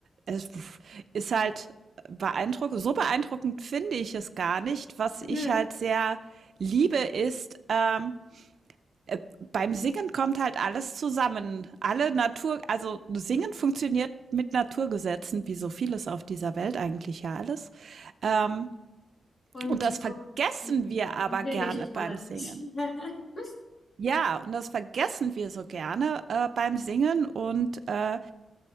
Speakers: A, on the right (about 65°); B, on the left (about 40°).
A: es ist halt beeindruckend. So beeindruckend finde ich es gar nicht. Was ich
B: Nö,
A: halt sehr liebe, ist, ähm, äh, beim Singen kommt halt alles zusammen. Alle Natur, also Singen funktioniert mit Naturgesetzen, wie so vieles auf dieser Welt eigentlich ja alles. Ähm,
B: Und
A: und das vergessen
B: auch ein
A: wir aber
B: ein wenig
A: gerne
B: Talent.
A: beim Singen.
B: <laughs>
A: Ja, und das vergessen wir so gerne äh, beim Singen und äh,